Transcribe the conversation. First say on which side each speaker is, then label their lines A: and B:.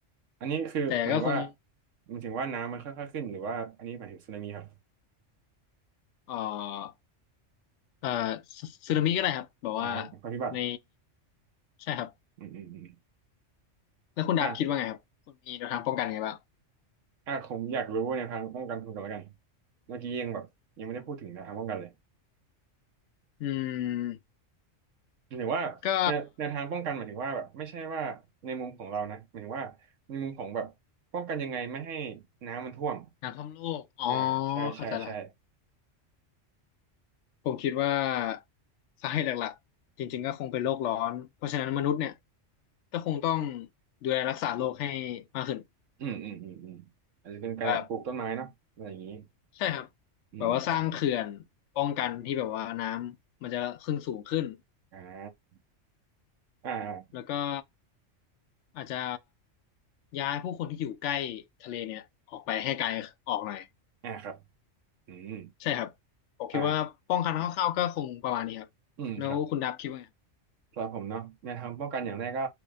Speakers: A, on the right; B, on the left.
A: อันนี้คือหมายถึงว่า
B: แต่ก็คง
A: หมายถึงว่าน้ำมันค่อยๆขึ้นหรือว่าอันนี้หมายถึงสึนามิครับ
B: เอ่อเอ่อซึซึนามิก็ได้ครับแบบว่า
A: อ่าภัยพิบัติ
B: ในใช่ครับ
A: อืมอืมอืม
B: แล้วคุณดับคิดว่าไงครับคุณมีแนวทางป้องกันไงบ้าง
A: อ่าอ่าผมอยากรู้ในทางป้องกันคุณกันแล้วกันเมื่อกี้ยังแบบยังไม่ได้พูดถึงในวทางป้องกันเลย
B: ครับผมอืม
A: หมายถึงว่าในในวทางป้องกันหมายถึงว่าแบบไม่ใช่ว่าในมุมของเรานะหมายถึงว่าในมุมของแบบป้องกันยังไงไม่ให้
B: ก็
A: น้ำมันท่วม
B: น้ำท่วมโลกอ๋อ
A: อ่าใช่ใช่ใช่
B: เข้าใจแล้วครับผมคิดว่าสาเหตุหลักๆจริงๆก็คงเป็นโลกร้อนเพราะฉะนั้นมนุษย์เนี่ยก็คงต้องดูแลรักษาโลกให้มากขึ้น
A: อืมอืมอืมอืมอาจจะเป็นการแบบปลูกต้นไม้เนาะอะไรอย่างนี้
B: แบบใช่ครับ
A: อืมครับ
B: แบบว่าสร้างเขื่อนป้องกันที่แบบว่าน้ำมันจะขึ้นสูงขึ้น
A: อ่าอ่า
B: แล้วก็อาจจะย้ายผู้คนที่อยู่ใกล้ทะเลเนี่ยออกไปให้ไกลออกหน่อย
A: อ่าครับอืม
B: ใช่ครับผมคิดว่าป้องกันคร่าวๆก็คงประมาณนี้ครับแล้วคุณดับคิดว่าไง
A: อ่าอืมครับ สำหรับผมเนาะแนวทางป้องกันอย่างแรกก็